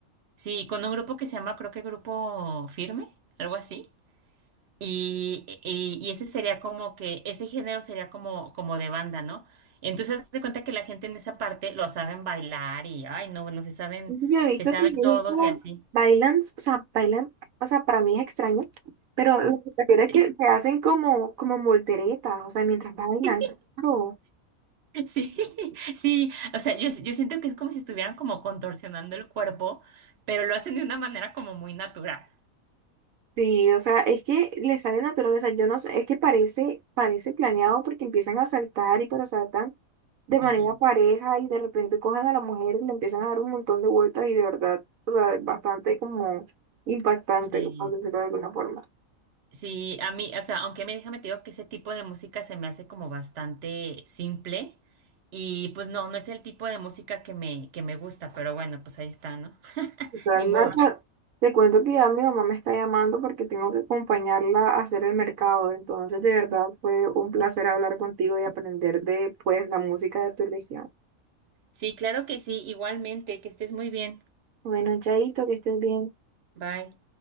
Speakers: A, on the right (about 50°); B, on the right (about 75°).
A: sí, con un grupo que se llama, creo que Grupo Firme, algo así. Y, y, y ese sería como que, ese género sería como, como de banda, ¿no? Entonces, haz de cuenta que la gente en esa parte lo saben bailar y, ay, no, bueno, se saben,
B: Yo he visto
A: se saben
B: que viejitas
A: todos y así.
B: bailan, o sea, bailan, o sea, para mí es extraño, pero lo que prefiero es
A: <laughs>
B: que, se hacen como, como volteretas, o sea, mientras bailan.
A: Sí.
B: Claro.
A: Sí, <laughs> sí, o sea, yo, yo siento que es como si estuvieran como contorsionando el cuerpo, pero lo hacen de una manera como muy natural.
B: Sí, o sea, es que les sale natural, o sea, yo no sé, es que parece, parece planeado porque empiezan a saltar y pero saltan de manera
A: Ujú.
B: pareja y de repente cogen a la mujer y le empiezan a dar un montón de vueltas y de verdad, o sea, es bastante como impactante,
A: Sí,
B: por decirlo de alguna forma.
A: sí, a mí, o sea, aunque me déjame te digo que ese tipo de música se me hace como bastante simple y pues no, no es el tipo de música que me, que me gusta, pero bueno, pues ahí está, ¿no? <laughs>
B: al
A: Ni
B: mercado
A: modo.
B: te cuento que ya mi mamá me está llamando porque tengo que acompañarla a hacer el mercado. Entonces, de verdad, fue un placer hablar contigo y aprender de, pues, la música de tu región.
A: Sí, claro que sí, igualmente, que estés muy bien.
B: Bueno, Chaito, que estés bien.
A: Bye.